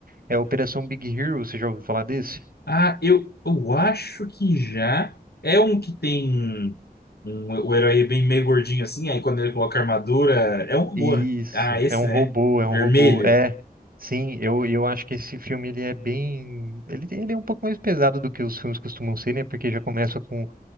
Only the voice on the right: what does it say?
é Operação Big Hero. Você já ouviu falar desse?
Isso,
é um
robô, é
um robô. É, sim, eu, eu acho que esse filme ele é bem. Ele, ele é um pouco mais pesado do que os filmes costumam ser, né? Porque já começa com